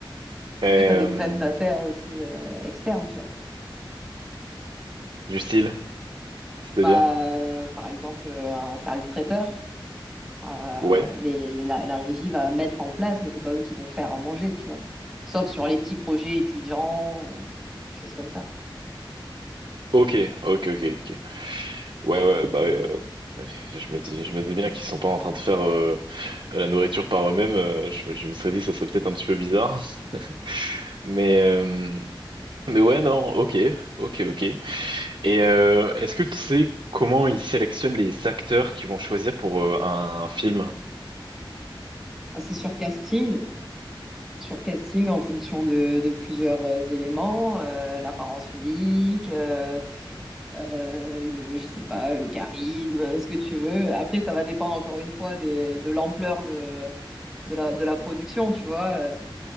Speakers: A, in the centre; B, on the right (about 65°).
A: Après,
B: Euh,
A: t'as des prestataires aussi euh, externes, tu vois.
B: du style, c'est-à-dire?
A: Bah, euh, par exemple, euh, un service traiteur. Euh,
B: Ouais.
A: mais la, la régie va mettre en place, mais c'est pas eux qui vont faire à manger, tu vois. Sauf sur les petits projets étudiants, euh, choses comme ça.
B: Ok, ok, ok, ok. Ouais, ouais, bah, ouais, euh, je me dis, je me dis bien qu'ils sont pas en train de faire euh, la nourriture par eux-mêmes. euh, je, me je me serais dit, ça serait peut-être un petit peu bizarre. <laughs> Mais, euh, mais ouais, non, ok, ok, ok. Et euh, est-ce que tu sais comment ils sélectionnent les acteurs qui vont choisir pour euh, un film?
A: Ah, c'est sur casting, sur casting en fonction de, de plusieurs euh, éléments, euh, l'apparence physique, euh, euh, le, je sais pas, le charisme, euh, ce que tu veux. Après, ça va dépendre encore une fois des, de l'ampleur de, de la, de la production, tu vois. euh,